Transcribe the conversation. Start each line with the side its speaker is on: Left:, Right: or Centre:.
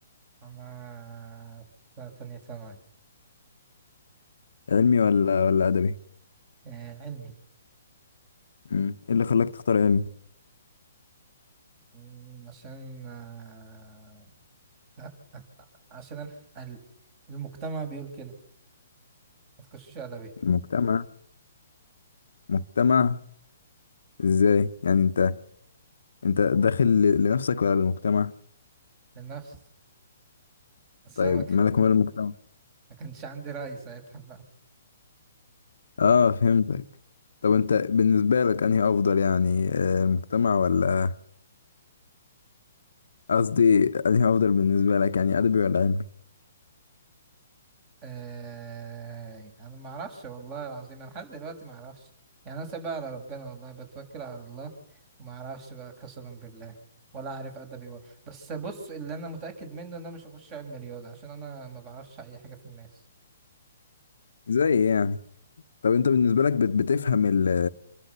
Right: انا في تانية ثانوي
Left: علمي ولا ولا أدبي؟
Right: آه علمي
Left: مم. ايه اللي خلاك تختار علمي؟
Right: مم، عشان آه <laughs> عشان الح- ال- المجتمع بيقول كده ما تخشوش ادبي
Left: المجتمع مجتمع ازاي؟ يعني انت انت داخل ل- لنفسك ولا للمجتمع؟
Right: لنفس بس
Left: طيب
Right: انا ما كان-
Left: مالك ومال المجتمع؟
Right: ما كانش عندي رأي ساعتها
Left: اه فهمتك طب انت بالنسبة لك انهي أفضل يعني آه، المجتمع ولا قصدي انهي افضل بالنسبه لك يعني ادبي ولا علمي
Right: آه انا ما اعرفش والله العظيم انا لحد دلوقتي ما اعرفش يعني انا سايبها على ربنا والله بتوكل على الله وما اعرفش بقى قسما بالله ولا عارف ادبي ولا بس بص اللي انا متاكد منه ان انا مش هخش علم رياضه عشان انا ما بعرفش اي حاجه في الماس
Left: زي يعني طب انت بالنسبه لك بت- بتفهم ال